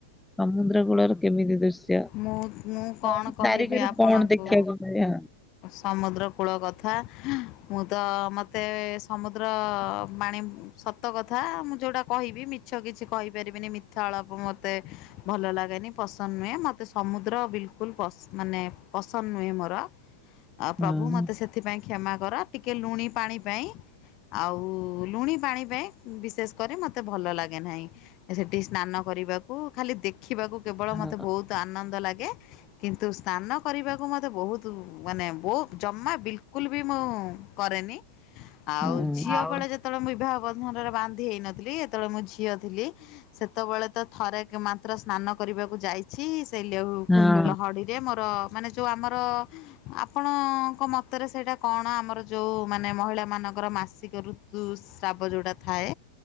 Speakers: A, in the centre; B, on the left (about 45°).
A: ସମୁଦ୍ର ଦ୍ର କୂଳର କେମିତି ଦୃଶ୍ୟ
B: ମୁଁ ମୁଁ କଣ
A: <unintelligible>
B: କହିବି ଆପଣଙ୍କୁ
A: କଣ ଦେଖିବାକୁ ମିଳେ ଆଉ?
B: ସମୁଦ୍ର କୂଳ କଥା ମୁଁ ତ ମତେ ସମୁଦ୍ର ର ବାଣୀ ସତ ସତ କଥା ମୁଁ ଯୋଉଟା କହିବି ମିଛ କିଛି କହିପାରିବିନି ମିଥାଆଳାପ ମତେ ଭଲ ଲାଗେନି। ପସନ୍ଦ ନୁହେଁ ମତେ ସମୁଦ୍ର ବିଲକୁଲ ପସ ମାନେ ପସନ୍ଦ ନୁହେଁ ମୋର। ଆ ପ୍ରଭୁ
A: ହଁ
B: ମତେ ସେଥିପାଇଁ କ୍ଷମା କର ଟିକେ ଲୁଣି ପାଣି ପାଇଁ ଆଉ ଲୁଣି ପାଣି ପାଇଁ ବିଶେଷ କରେ ମତେ ଭଲ ଲାଗେ ନାହିଁ ସେଠି ସ୍ନାନ କରିବାକୁ ଖାଲି ଦେଖିବାକୁ କେବଳ
A: ହଁ
B: ମତେ ବହୁତ ଆନନ୍ଦ ଲାଗେ କିନ୍ତୁ ସ୍ନାନ କରିବାକୁ ମ ମତେ ବହୁତ ମାନେ ବହୁ ଜମା ବିଲକୁଲ ବି ମୁଁ କରେନି।
A: ହଁ
B: ଆଉ ଝିଅ
A: ଆଉ
B: ବଳେ ଯେତେବେଳେ ମୁଁ ବିବାହ ବନ୍ଧନରେ ବାନ୍ଧି ହେଇନଥିଲି ଯେତେବେଳେ ମୁଁ ଝିଅ ଥିଲି ସେତେବେଳେ ତ ଥରେକେ ମାତ୍ର ସ୍ନାନ କରିବାକୁ ଯାଇଛି। ସେଲେହୁ
A: ସେମିତି
B: ଲହଡିରେ ମୋର ମାନେ ଯୋଉ ଆମର ଆ ଆପଣଙ୍କ ମତରେ ସେଇଟା କଣ ଆମର ଯେଉଁ ମାନେ ମହିଳାମାନଙ୍କର ମାସିକ ଋତୁ ସ୍ରାବ ଯୋଉଟା ଥାଏ